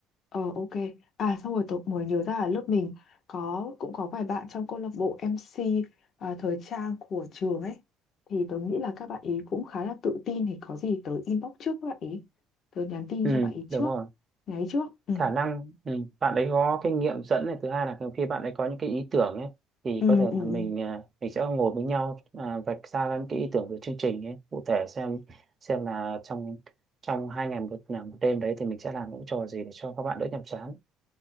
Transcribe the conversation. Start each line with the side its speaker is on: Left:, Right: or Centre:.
Left: Ờ ok. À xong rồi tôi mới nhớ ra là lớp mình có cũng có vài bạn trong câu lạc bộ MC à, thời trang của trường ấy. Thì tôi nghĩ là các bạn ý cũng khá là tự tin thì có gì tớ inbox trước các bạn ý. Tớ nhắn tin
Right: ừ
Left: cho bạn ý
Right: đúng
Left: trước.
Right: rồi
Left: Nhắn trước. Ừ.
Right: khả năng ừ, bạn ấy có kinh nghiệm dẫn này thứ hai là khi bạn ấy có những cái ý tưởng ấy thì
Left: Ừ,
Right: có thể
Left: ừ,
Right: là mình
Left: ừ.
Right: à, mình sẽ ngồi với nhau à, vạch ra những cái ý tưởng về chương trình ấy cụ thể xem xem là trong trong hai ngày một, là một đêm đấy thì mình sẽ làm những trò gì để cho các bạn đỡ nhàm chán